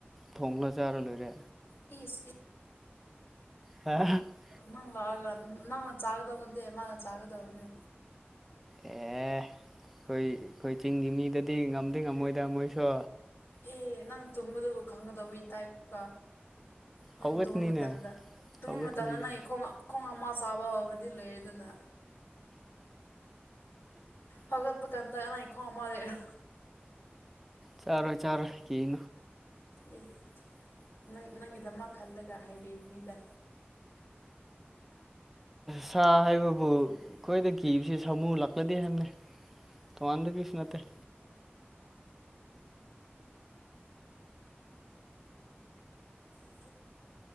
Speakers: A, in the centre; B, on the left.
A: ꯊꯣꯂ ꯆꯥꯔ ꯂꯣꯏꯔꯦ
B: ꯏꯁ
A: ꯍꯥ ꯑꯦ
B: ꯅꯪ ꯂꯥꯛꯑꯒ ꯅꯪꯅ ꯆꯥꯒꯗꯕꯅꯦ ꯃꯥꯅ ꯆꯥꯒꯗꯕꯅꯦ
A: ꯑꯦ ꯑꯩꯈꯣꯏ ꯑꯩꯈꯣꯏ ꯆꯤꯡꯒꯤ ꯃꯤꯗꯗꯤ ꯉꯝꯗꯤ ꯉꯝꯃꯣꯏꯗ ꯃꯣꯏꯁꯨ
B: ꯑꯦ ꯅꯪ ꯇꯨꯝꯕꯗꯨꯕꯨ ꯈꯪꯒꯗꯧꯕꯒꯤ ꯇꯥꯏꯞꯇꯀ ꯅꯪ
A: ꯍꯧꯒꯠꯀꯅꯤꯅꯦ
B: ꯇꯨꯝꯕ ꯃꯇꯝꯗ ꯇꯨꯝꯕ
A: ꯍꯧꯒꯠꯀꯅꯤꯅꯦ
B: ꯃꯇꯝꯗ ꯅꯪ ꯈꯣꯡꯉ ꯈꯣꯡ ꯑꯃ ꯆꯥꯕ ꯍꯧꯈ꯭ꯔꯗꯤ ꯂꯩꯔꯦ ꯑꯗꯨꯅ ꯍꯒꯠꯄ ꯀꯟꯗꯅ ꯏ ꯈꯣ ꯑꯃ ꯂꯩꯦꯔ
A: ꯆꯥꯔꯣꯏ ꯆꯥꯔꯣꯏ ꯀꯅ
B: ꯑꯦ ꯅꯪ ꯅꯪꯒꯤꯗꯃ ꯈꯜꯂꯒ ꯍꯥꯏꯕꯤꯕꯅꯤꯗ
A: ꯁꯥ ꯍꯥꯏꯕꯕꯨ ꯑꯩꯈꯣꯏꯗ ꯀꯤꯕꯁꯤ ꯁꯥꯃꯨ ꯂꯥꯛꯂꯗꯤꯦ ꯍꯥꯏꯅꯤ ꯇꯣꯉꯥꯟꯗ ꯄꯁ ꯅꯠꯇꯦ
B: ꯎ